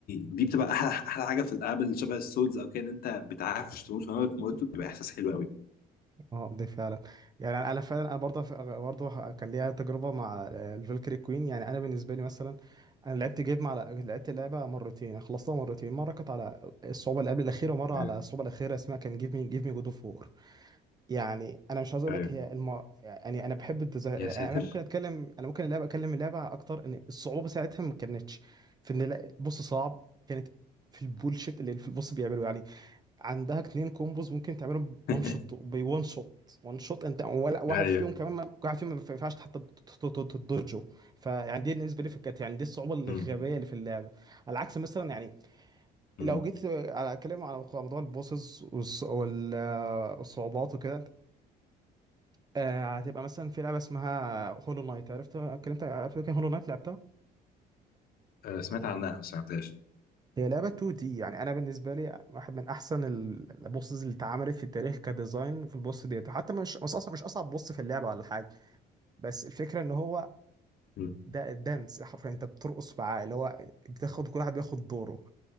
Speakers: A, on the left (about 60°); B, on the right (about 25°).
A: دي بتبقى احلى احلى حاجه في الالعاب اللي شبه السولز او كده ان انت بتعرفش تموت فلما بتموت بيبقى احساس حلو قوي
B: اه دي فعلا يعني انا أنا فعلا انا برضه برضه كان ليا تجربه مع الفالكري كوين يعني انا بالنسبه لي مثلا انا لعبت جيم على لعبت اللعبه مرتين خلصتها مرتين مره كانت على الصعوبه اللي قبل الاخيره ومره
A: آه،
B: على الصعوبه الاخيره اسمها كان جيف مي جيف مي جود اوف يعني انا مش عاوز اقول
A: ايوه
B: لك هي الم... يعني انا بحب الديزاين
A: يا ساتر
B: انا ممكن اتكلم انا ممكن اللعبه اكلم اللعبه اكتر ان الصعوبه ساعتها ما كانتش في ان لا- البوس صعب كانت في البولشيت اللي في البوس بيعمله يعني عندها اتنين كومبوز ممكن تعملهم
A: <laughs>
B: وان شوت بوان شوت وان شوت انت ولا واحد
A: ايوه
B: فيهم كمان ما... واحد فيهم ما ينفعش حتى تدرجه فيعني دي بالنسبه لي كانت يعني دي الصعوبه الغبيه
A: مم.
B: اللي في اللعبه على العكس مثلا يعني
A: مم.
B: لو جيت على- اتكلم على موضوع البوسز والصعوبات وكده آه هتبقى مثلا في لعبه اسمها هولو نايت عرفت اتكلمت عرفت كان هولو نايت لعبتها
A: آه، سمعت عنها بس ما عرفتهاش
B: هي لعبه 2 دي يعني انا بالنسبه لي واحد من احسن ال- البوسز اللي اتعملت في التاريخ كديزاين في البوس ديت وحتى مش مش اصعب مش اصعب بوس في اللعبه ولا حاجه بس الفكره ان هو
A: مم.
B: ده الدانس حرفيا انت بترقص معاه اللي هو بتاخد كل واحد بياخد دوره